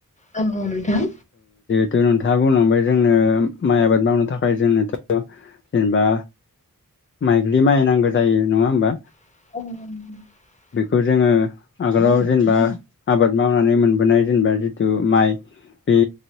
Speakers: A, on the left (about 20°); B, on the left (about 35°).
A: ओ ओ नोंथां
B: दो नोंथाङा बुंलांबाय जोंनो माइ आबाद मावनो थाखाय जोंनोथ' जेनेबा माइग्लि माइ नांगौ जायो नङा होमबा
A: <unintelligible>
B: बेखौ जोङो आगोलाव जेनेबा आबाद मावनानै मोनबोनाय जेनेबा जितु माइ बे